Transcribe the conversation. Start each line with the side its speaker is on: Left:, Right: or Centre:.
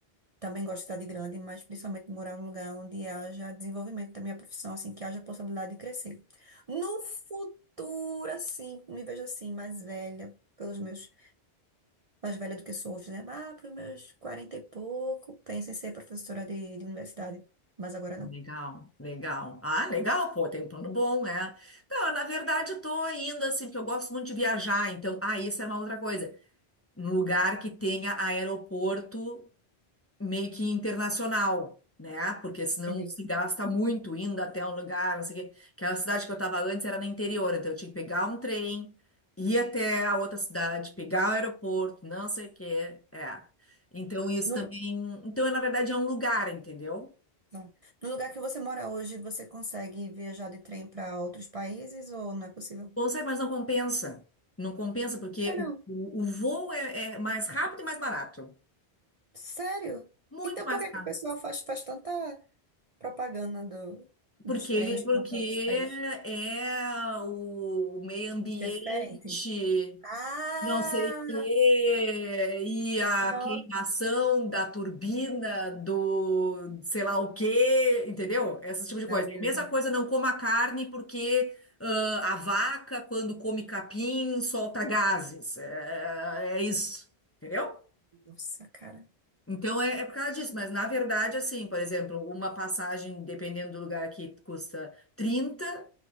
Right: Também gosto de cidade grande, mas principalmente morar num lugar onde haja desenvolvimento da minha profissão, assim, que haja possibilidade de crescer. No futuro, assim, me vejo assim, mais velha, pelos meus, mais velha do que sou hoje, né? Ah, para os meus 40 e pouco, penso em ser professora de, de universidade, mas agora
Left: Ah,
Right: não.
Left: Legal, legal. Ah, legal, pô, tem um plano bom, é. Não, na verdade, eu tô indo assim, porque eu gosto muito de viajar, então, ah, isso era uma outra coisa. Um lugar que tenha aeroporto meio que internacional, né? Porque senão
Right: Entendi.
Left: se gasta muito indo até um lugar, não sei o quê. Aquela cidade que eu tava antes era no interior, então eu tinha que pegar um trem, ir até a outra cidade, pegar o aeroporto, não sei o quê. É. Então, isso
Right: No,
Left: também.
Right: lu-
Left: Então, na verdade, é um lugar, entendeu?
Right: não. No lugar que você mora hoje, você consegue viajar de trem para outros países ou não é possível?
Left: Consegue, mas não compensa. Não compensa porque
Right: Por que não?
Left: o, o, o voo é, é mais rápido e mais barato.
Right: Sério?
Left: Muito
Right: Então
Left: mais
Right: por que
Left: caro.
Right: que o pessoal faz, faz tanta propaganda do, dos
Left: Porque
Right: trens
Left: ele, porque
Right: que vão para outros países?
Left: é o, o meio ambiente,
Right: Que é diferente. Ah!
Left: não sei o quê, e a
Right: Nossa!
Left: queimação da turbina do sei lá o quê, entendeu? Esse tipo de coisa.
Right: Não, meu
Left: É a mesma
Right: gente.
Left: coisa, não coma carne porque ah, a vaca, quando come capim, solta gases. É, é isso, entendeu?
Right: Nossa, cara.
Left: Então é, é por causa disso, mas na verdade, assim, por exemplo, uma passagem, dependendo do lugar aqui, custa 30